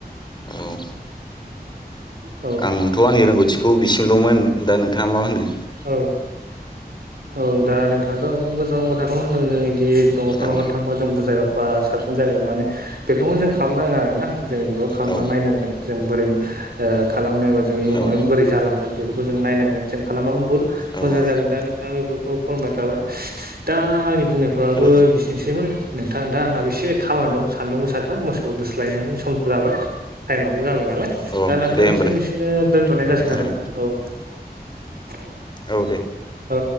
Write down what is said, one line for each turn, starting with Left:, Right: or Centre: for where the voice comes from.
Left: औ
Right: औ
Left: आंथ' आंनि रोंगौथि बिखौ बिसिमल'मोन दा नोंथाङा मा होनो
Right: औ औ दा नोंथाङाथ' मोजां खोथाखौनो जों बिदि नखर
Left: औ
Right: नखर थांब जों बुजायबा साबसिन मोजांसिन जागोन माने बेफोरखौनो जों खालामनांगोन आरो ना जों बेखौ खालामनानै
Left: औ
Right: नायनांगोन जों बोरै खालामनायबा जों इयुनावनो
Left: औ
Right: बोरै जालांगोन बेफोरखौ जों नायनांगोन जों खालामबा बुहुद
Left: औ
Right: मोजां जागोन दा नोंथाङा बेफोरखौ फोरमायखाबाय दा आंनि बुंनायफ्राबो
Left: औ
Right: बिसोरनोसै नोंथां दा आंनाबो एसे खामानि दं सान्दुं गोसाथार मोसौ दोस्लायनायनि सम जाबाय टाइमाबो जाबाय नालाय
Left: औ
Right: दा नोंथांसिम
Left: दे होमबालाय
Right: बिसनो दोन्थ'नाय जासिनागोन
Left: उम
Right: आरो औ
Left: औ दे
Right: औ